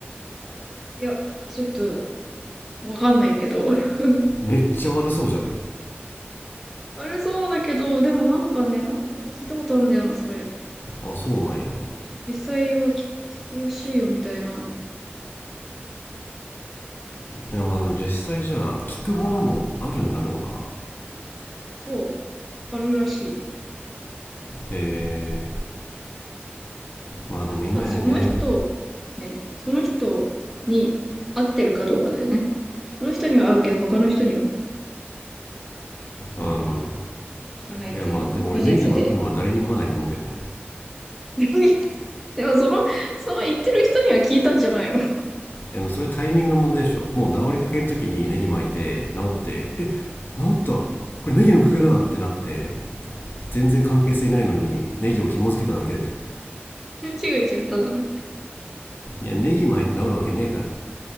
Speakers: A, in the centre; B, on the left.
A: いや、ちょっと、わかんないけど。<laughs>
B: めっちゃ悪そうじゃない
A: あれそうだけど、でもなんかね、なんか聞いたことあるんだよな、それ。
B: あそうなんやい
A: 実際は聞聞くらしいよ、みたいな。
B: やまあ実際じゃあ聞くものもあるんだろうな
A: そう、あるらしい。
B: えー、まあでも今やね
A: あとはその人、ね、その人に合ってるかどうかだよね。その人には合うけど、他の人には
B: うん
A: あんまり聞かないっていうのも個人差で。
B: いやまあでも俺ネギ巻くのは誰にも合わないと思うけどね
A: <laughs> でもその、その言ってる人には聞いたんじゃないの
B: あのそれタイミングの問題でしょもう治りかけの時にネギ巻いて治ってえ治ったこれネギのおかげだってなって全然関係性ないのにネギを紐付けただけでしょ
A: <laughs> 勘違いじゃん、ただの。
B: いやネギ巻いて治るわけねえから